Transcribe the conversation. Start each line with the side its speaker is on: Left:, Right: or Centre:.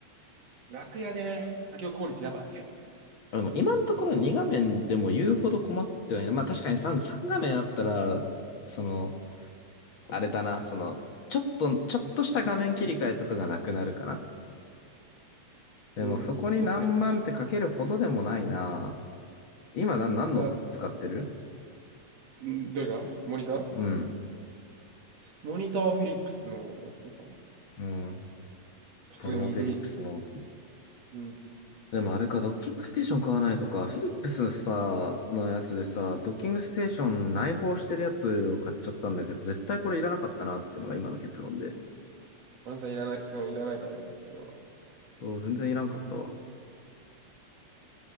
Right: 楽やね。作業効率やばい。
Left: でも今のところ2画面でも言うほど困ってはいない。まあ確かに 3, 3画面あったら、その、あれだな、その、ちょっと、ちょっとした画面切り替えとかがなくなるかな。でもそこに何万ってかけるほどでもないな。
Right: うん。画面切れるかし。
Left: 今な、
Right: うんあ、
Left: 何の使ってる
Right: うんどれがモニター
Left: うん。
Right: モニターはフィリップスのやつかな
Left: うん。
Right: 普通にいい。
Left: 俺もフィリップスの
Right: うん。
Left: でもあれか、ドッキングステーション買わないとか、フィリップスさ、のやつでさ、ドッキングステーション内包してるやつを買っちゃったんだけど、絶対これいらなかったなっていうのが今の結論で。
Right: ワンちゃんいらない、そのいらないかもね、それは。
Left: お全然いらんかったわ。